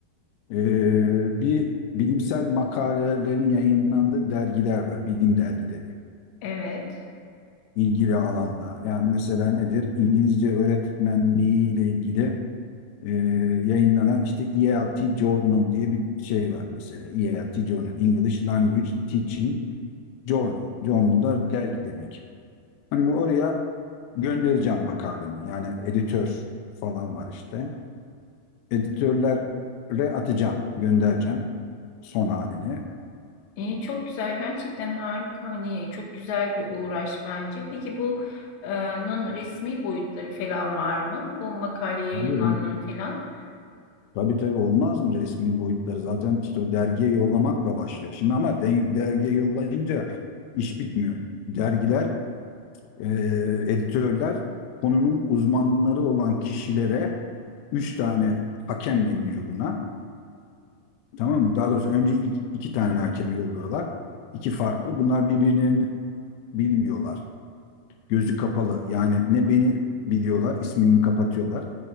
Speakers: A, on the left; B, on the left.
A: e, bir bilimsel makalelerin yayınlandığı dergiler var. Bilim dergileri.
B: Evet.
A: ilgili alanda. Yani mesela nedir? İngilizce öğretmenliği ile ilgili e, yayınlanan işte ELT Journal diye bir şey var mesela. ELT Journal. English Language Teaching Journal. Journal da dergi demek. Hani oraya göndereceğim makalemi. Yani editör falan var işte. Editörlere atacağım, göndereceğim son halini.
B: İyi, çok güzel. Gerçekten harika. Hani çok güzel bir uğraş bence. Peki bu e, nun resmi boyutları falan var mı? Bu makale yayınlanmanı
A: Tabii, ol-
B: falan
A: tabii tabii olmaz mı resmi boyutları? Zaten işte o dergiye yollamakla başlıyor. Şimdi ama de- dergiye yollayınca iş bitmiyor. Dergiler, e, editörler konunun uzmanları olan kişilere üç tane hakem deniyor buna. Tamam mı? Daha doğrusu önce ilk iki tane hakemi yolluyorlar. İki farklı. Bunlar birbirlerini bilmiyorlar. Gözü kapalı. Yani ne beni biliyorlar, ismimi kapatıyorlar.